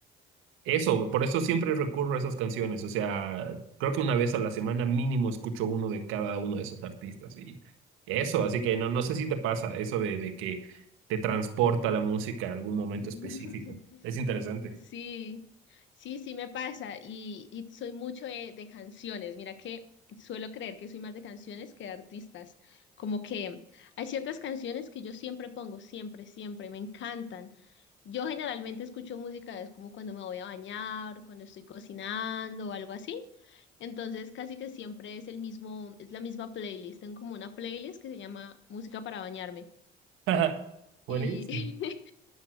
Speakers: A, on the right; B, on the left.
A: eso, por eso siempre recurro a esas canciones. O sea, creo que una vez a la semana mínimo escucho uno de cada uno de esos artistas. Y eso, así que no, no sé si te pasa eso de, de que te transporta la música a algún momento
B: <laughs>
A: específico. Es interesante.
B: Sí, sí, sí me pasa y, y soy mucho de, de canciones. Mira que suelo creer que soy más de canciones que de artistas. Como que hay ciertas canciones que yo siempre pongo, siempre, siempre, me encantan. Yo generalmente escucho música, es como cuando me voy a bañar o cuando estoy cocinando o algo así. Entonces casi que siempre es el mismo, es la misma playlist. Tengo como una playlist que se llama Música para bañarme.
A: <laughs> Buenísimo.
B: y, <laughs>